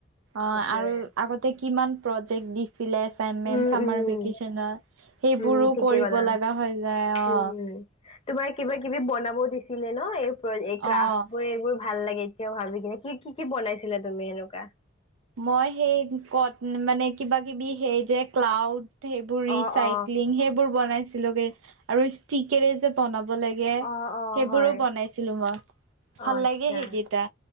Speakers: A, on the right (about 80°); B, on the left (about 30°).
A: অ
B: সেইটোয়ে
A: আৰু আগতে কিমান প্ৰজেক্ট দিছে চিলে এচাইনমেন্ট
B: উম
A: চামাৰ
B: উম
A: ভিকেচনৰ সেইবোৰো
B: উম ঠিকে
A: কৰিব
B: ক'লা
A: লগা হৈ যায় অ
B: উম তোমাৰ কিবা কিবি বনাব দিছিলে ন এই প্ৰ ক্ৰাফ্ট
A: অ'।
B: বোৰ এইবোৰ ভাল লাগে এতিয়াও ভাবি কিনে কি কি কি বনাইছিলা তুমি হেনকা
A: মই সেই ক মানে কিবা কিবি সেই যে ক্লাউড সেইবোৰ ৰিচাইক্লিং
B: অ অ
A: সেইবোৰ বনাইছিলোগে আৰু ষ্টিকেৰে যে বনাব লে
B: অ অ
A: সেইবোৰো
B: হয়
A: বনাইছিলো মই ভাল
B: অ আচ্ছা
A: লাগে সেইকেইটা